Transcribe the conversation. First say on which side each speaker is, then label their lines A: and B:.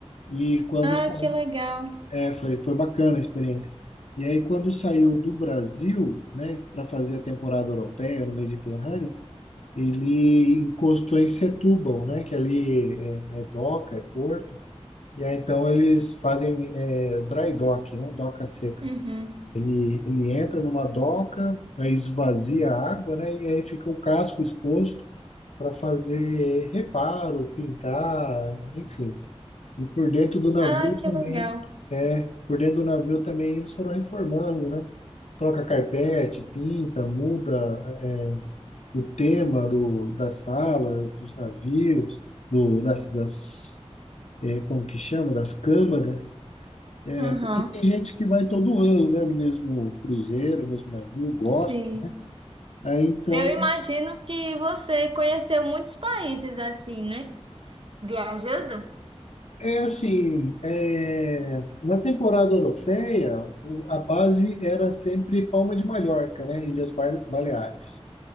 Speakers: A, on the left; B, on the right.
A: E quando
B: Ah,
A: sa-
B: que legal.
A: é, foi, foi bacana a experiência. E aí, quando saiu do Brasil, né, para fazer a temporada europeia no Mediterrâneo, ele encostou em Setúbal, né, que ali é, é doca, é porto. E aí, então, eles fazem é, dry dock, né, doca seca.
B: Uhum.
A: Ele, ele entra numa doca, aí esvazia a água, né, e aí fica o casco exposto. para fazer reparo, pintar, enfim. E por dentro do navio
B: Ah, que
A: também,
B: legal.
A: é, por dentro do navio também eles foram reformando, né? Troca carpete, pinta, muda, é, o tema do, das salas, dos navios, do, das, das, é, como que chama? Das câmaras.
B: Aham,
A: Porque tem gente que vai todo ano, né? No mesmo cruzeiro, no mesmo navio, gosta.
B: sim.
A: Aí então
B: Eu imagino que você conheceu muitos países assim, né? Viajando?
A: É assim, é, na temporada europeia, o- a base era sempre Palma de Mallorca, né? Ilhas Bar- Baleares.